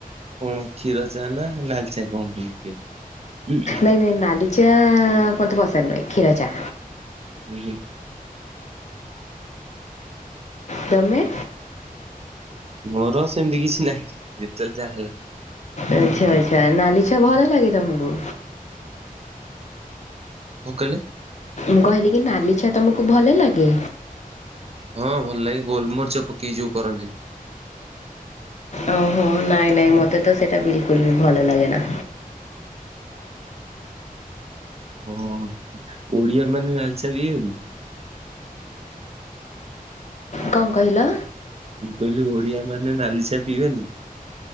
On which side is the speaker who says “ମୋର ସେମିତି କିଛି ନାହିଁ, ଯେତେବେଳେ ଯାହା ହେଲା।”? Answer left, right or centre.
Right